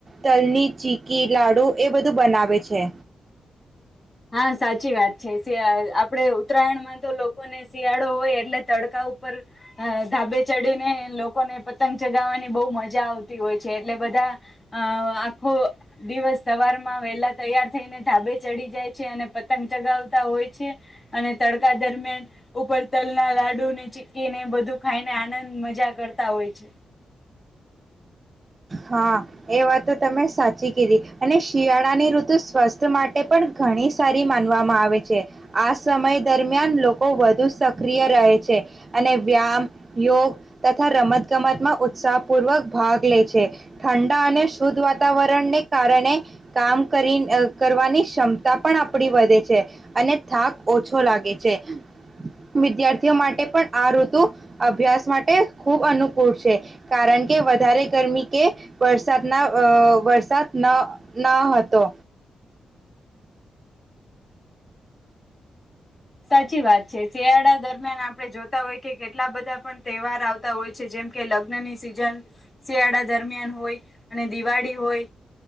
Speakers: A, on the right; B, on the left.
A: તલની ચીકી, લાડુ એ બધું બનાવે છે.
B: હા સાચી વાત છે. આપડે ઉત્તરાયણમાં તો લોકોને શિયાળો હોય એટલે તડકા ઉપર ધાબે ચડીને લોકોને પતંગ ચગાવવાની બહુ મજા આવતી હોય છે, એટલે બધાં અ આખો દિવસ સવારમાં વહેલા તૈયાર થઈને ધાબે ચડી જાય છે‌. અને પતંગ ચગાવતા હોય છે. અને તડકા દરમિયાન ઉપર તલ ના લાડુ ને, ચિકકીને બધું, ખાઈને આનંદ મજા કરતા હોય છે.
A: હા એ વાત તો તમે સાચી કીધી અને શિયાળા ની ઋતુ સ્વસ્થ માટે એ પણ ઘણી સારી માનવામાં આવે છે. આ સમય દરમિયાન દરમિયાન લોકો વધુ સક પ્રિય રહે છે. અને વ્યામ, યોગ તથા રમતગમતમાં ઉત્સાહપૂર્વક ભાગ લે છે. ઠંડા અને શુદ્ધ વાતાવરણને કારણે કામ કરી કરવાની ક્ષમતા પણ આપણી વધે છે. અને થાક ઓછો લાગે છે. વિદ્યાર્થીઓ માટે પણ આ ઋતુ અભ્યાસ માટે ખૂબ અનુકૂળ છે, કારણ કે વધારે ગરમી કે વરસાદના વરસાદ ન ન હતો.
B: સાચી વાત છે. શિયાળા દરમિયાન આપણે જોતા હોય કે કેટલા બધાં પણ તહેવાર આવતા હોય છે, જેમ કે લગ્નની સિઝન શિયાળા દરમિયાન હોય, અને દિવાળી હોય,